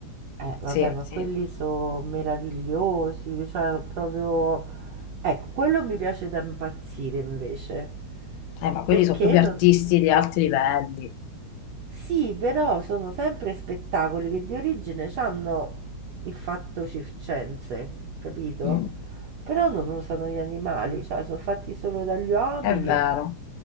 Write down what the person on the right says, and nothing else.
Eh, vabbè,
ma
quelli sono meravigliosi, cioè sono proprio... Ecco, quello mi piace da impazzire invece,
perché
non...
Sì, però sono sempre spettacoli che di origine hanno il fatto circense, capito?
Però non usano gli animali, cioè sono fatti solo dagli uomini,